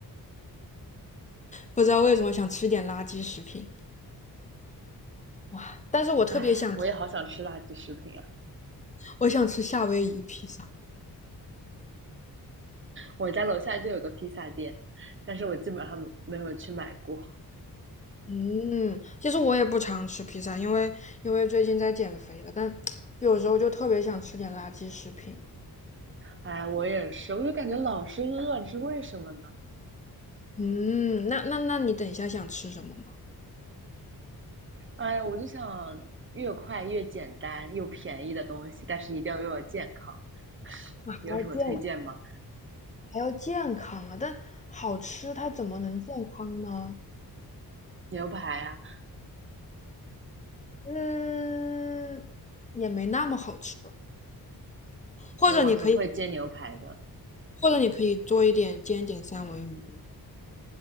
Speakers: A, on the left (about 20°); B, on the right (about 30°).
A: 不知道为什么想吃点垃圾食品哇！但是我特别想，
B: 哎，我也好想吃垃圾食品啊！
A: 我想吃夏威夷披萨。
B: 我家楼下就有个披萨店，但是我基本上没有去买过。
A: 嗯，其实我也不常吃披萨，因为因为最近在减肥了，但 <tsk> 有时候就特别想吃点垃圾食品。
B: 哎，我也是，我就感觉老是饿，这是为什么呢？
A: 嗯，那那那你等一下想吃什么吗？
B: 哎呀，我就想越快越简单又便宜的东西，但是一定要又要健康。
A: 啊，
B: 你有什么推荐吗？
A: 还要健还要健康啊，但好吃它怎么能健康呢？
B: 牛排啊，
A: 嗯，也没那么好吃吧。或者你可以，
B: 哎，我很会煎牛排的。
A: 或者你可以做一点煎一点三文鱼。